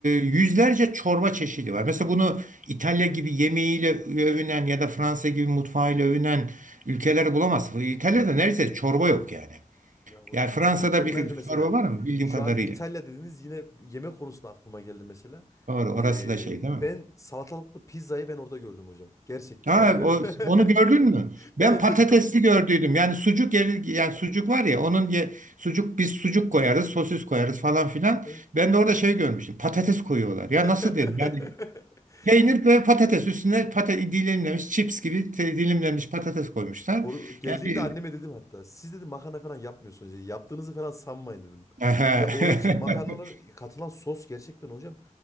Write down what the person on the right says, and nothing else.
yüzlerce çorba çeşidi var. Mesela bunu İtalya gibi yemeğiyle övünen ya da Fransa gibi mutfağıyla övünen ülkeler bulamazsın. İtalya'da neredeyse çorba yok yani.
Yani Fransa'da
bir
çorba var mı bildiğim
kadarıyla?
Doğru, orası
da şey değil mi?
Ha,
o, onu gördün mü?
Ben
patatesli
gördüydüm. Yani sucuk yeri, yani sucuk var ya onun ye, sucuk biz sucuk koyarız, sosis koyarız falan filan.
Ben de orada şey görmüştüm. Patates koyuyorlar.
Ya nasıl dedim? Yani peynir ve patates üstüne patates dilimlenmiş chips gibi te- dilimlenmiş patates koymuşlar.
Yani bir...
<laughs>